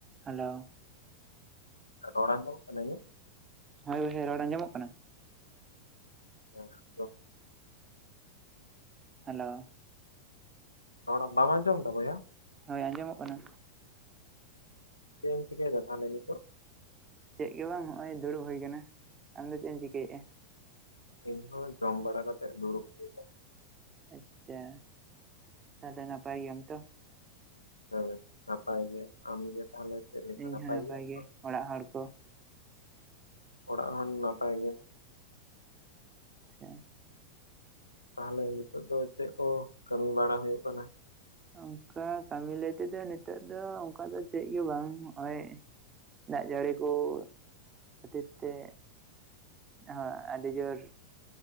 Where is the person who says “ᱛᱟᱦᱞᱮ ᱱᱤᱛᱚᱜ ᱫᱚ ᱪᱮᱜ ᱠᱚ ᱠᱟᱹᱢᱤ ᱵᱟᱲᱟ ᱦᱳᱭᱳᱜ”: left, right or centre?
Left